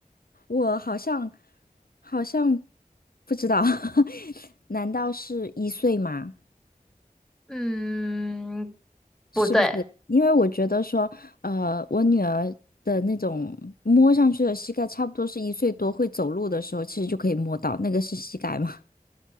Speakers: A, on the left (about 80°); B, in the centre.
A: 我好像好像不知道，<laughs> 难道是一岁吗？
B: 嗯，
A: 是不是？
B: 不对，
A: 因为我觉得说，呃，我女儿的那种摸上去的膝盖，差不多是一岁多会走路的时候，其实就可以摸到，那个是膝盖吗？